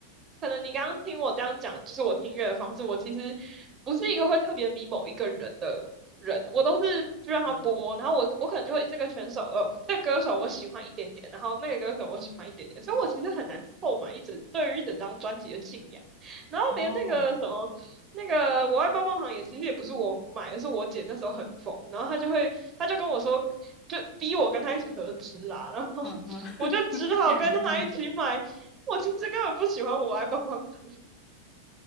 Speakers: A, on the right (about 30°); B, on the left (about 35°).
A: 可能你刚刚听我这样讲，就是我听乐的方式，我其实不是一个会特别迷某一个人的人，我都是就让他播，
B: 对
A: 然后我我可能就会这个选手呃，这个歌手我喜欢一点点，然后那个歌手我喜欢一点点，所以我其实很难凑满一整对于一整张专辑的信仰，
B: 对，
A: 然后连那个什么。
B: 哦，
A: 那个我爱棒棒糖也其实也不是我买的，是我姐那时候很疯，然后她就会，她就跟我说，就逼我跟他一起合资啦，然后
B: 嗯嗯，<laughs>
A: 我就只好跟他一起买。
B: 竟然还逼你，
A: 我其实根本不喜欢我爱帮棒糖，